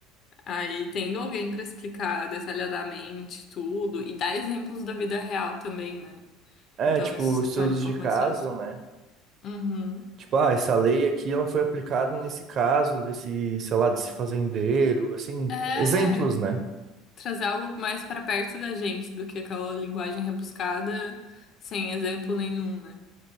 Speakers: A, on the left (about 40°); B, on the right (about 40°).
A: Aí, tendo alguém para explicar detalhadamente tudo e dar exemplos da vida real também, né?
B: É,
A: Então,
B: tipo,
A: isso se
B: estudos
A: torna um pouco
B: de caso,
A: mais fácil.
B: né?
A: Uhum.
B: Tipo, ah, essa lei aqui ela foi aplicada nesse caso desse, sei lá, desse fazendeiro, assim,
A: É,
B: exemplos, né?
A: trazer algo mais para perto da gente do que aquela linguagem rebuscada sem exemplo nenhum, né?